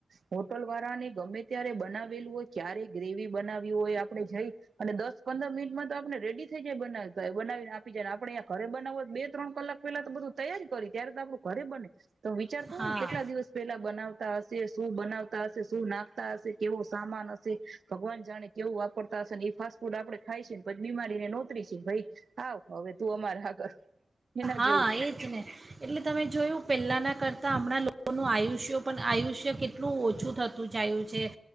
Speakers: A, on the right; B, on the right.
A: હોટલ વાળા ગમે ત્યારે બનાવેલું હોય ક્યારેય ગ્રેવી બનાવ્યું હોય આપણે જઈ અને દસ પંદર મિનિટમાં તો આપણે રેડી થઈ જાય બનાવ તો બનાવીને આપી જાય આપણેં ખરે બનાવ બે ત્રણ કલાક પેલા તો બધ તૈય જ કરી ત્યારે તો આપડું ઘરે બને તો વિચાર કરો
B: હા
A: કેટલા દિવસ પહેલા બનાવતા હશે? શું બનાવતા હશે? શું નાખ હશે કેવો સામાન હશે ભગવાન જાણે કેવું વાપરતા હશે ને એ ફાસ્ટ ફૂડ આપડણે ખાય છે ને પછ બીમારીને નોતરીશ ભાઈ આવ હવે તું અમારે આગળ એ
B: હા એ જ ને એટલે તમે જોયું પહેલાના કરતા તો હમણાં લોકોનું આયુષ્યો પણ આયુષ્ય કેટલું ઓછું થતું જાયું છે.